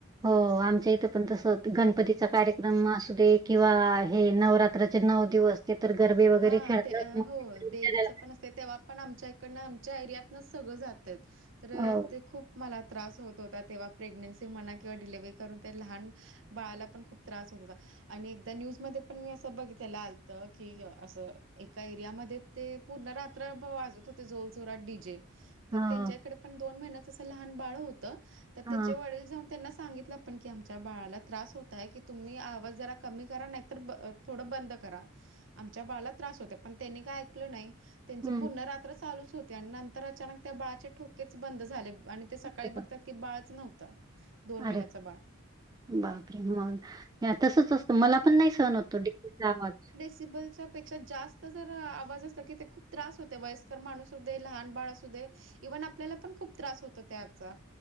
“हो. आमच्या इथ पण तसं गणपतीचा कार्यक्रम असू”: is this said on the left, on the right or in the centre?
Right